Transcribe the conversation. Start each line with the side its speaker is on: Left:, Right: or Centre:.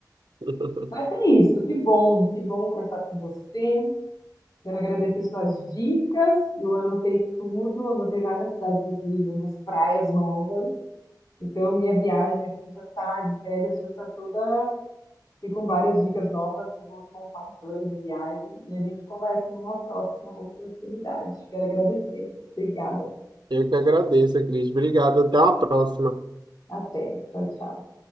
Right: <laughs>
Left: Mas é isso, que bom, que bom conversar com você. Quero agradecer suas dicas. Eu anotei tudo, anotei várias cidades aqui, umas praias novas. Então, minha viagem aqui já está de férias, já está toda e com várias dicas novas e vamos montar um plano de viagem e a gente conversa numa próxima oportunidade. Quero agradecer. Obrigada.
Right: Eu que agradeço, Cris. Obrigado, até uma próxima.
Left: Até. Tchau, tchau.